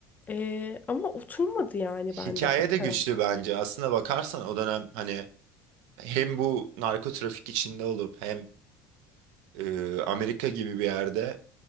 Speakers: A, on the left; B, on the right.
A: Ee, ama oturmadı yani
B: Hikaye
A: bende pek
B: de
A: karakter.
B: güçlü bence. Aslına bakarsan o dönem hani hem bu narko trafik içinde olup hem e, Amerika gibi bir yerde